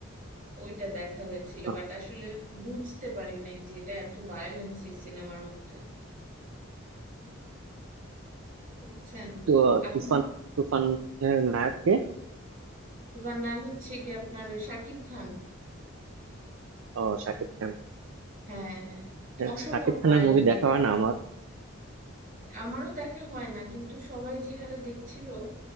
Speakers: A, on the right; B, on the right.
A: ওইটা দেখা হয়েছিল
B: আহ,
A: বাট আসলে বুঝতে পারি নাই যে এটা এত ভায়োলেন্স এই সিনেমার মধ্যে বুঝছেন
B: তো
A: আপনি
B: তুফান তুফান এর নায়ক কে
A: তুফান নায়ক হচ্ছে কি আপনার ওই শাকিব খান
B: ও শাকিব খান
A: হ্যাঁ হ্যাঁ
B: হ্যাঁ,
A: অসম্ভব
B: শাকিব খানের
A: ভায়োলেন্স
B: মুভি দেখা হয় না আমার
A: আমারও দেখা হয় না কিন্তু সবাই যে হারে দেখছিল